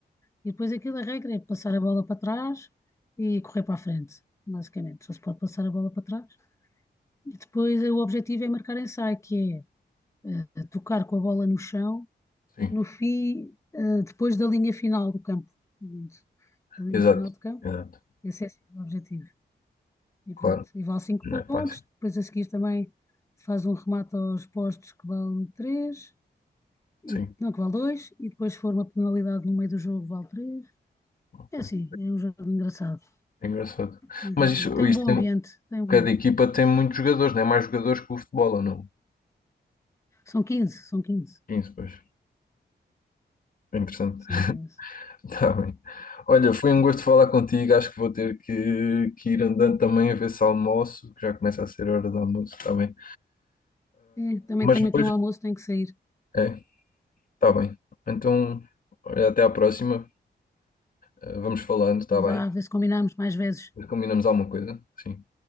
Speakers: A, on the left (about 15°); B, on the left (about 50°).
A: e depois aquilo a regra é passar a bola para trás e correr para a frente, basicamente. Só se pode passar a bola para trás. E depois eh, o objetivo é marcar ensaio, que é eh, tocar com a bola no chão,
B: sim.
A: no fim, eh, depois da linha final do campo. Portanto, Da linha
B: Exato,
A: final do campo,
B: exato.
A: esse é assim o objetivo. E
B: Claro,
A: pronto, e vale 5
B: não é
A: pontos,
B: fácil.
A: depois a seguir também faz um remate aos postos que vale 3 e,
B: Sim,
A: não, que vale 2 e depois se for uma penalidade no meio do jogo vale 3.
B: ok.
A: É assim, é um jogo engraçado,
B: É engraçado.
A: é um
B: Mas
A: jogo
B: isto,
A: giro. Tem
B: isto
A: um bom
B: tem-
A: ambiente, tem um bom...
B: cada equipa tem muitos jogadores, não é? Mais jogadores que o futebol, ou não?
A: São 15, são 15,
B: Sim, pois. É interessante.
A: são 15.
B: Tá bem. Olha, foi um gosto falar contigo. Acho que vou ter que, que ir andando também a ver se almoço, que já começa a ser hora do almoço, está bem.
A: É, também
B: Mas
A: tenho
B: depois,
A: aqui um almoço, tenho que sair.
B: é, tá bem. Então, olha, até à próxima. Eh, Vamos falando, tá
A: Então
B: bem?
A: vá, a ver se combinamos mais vezes.
B: Eh, Combinamos alguma coisa? Sim.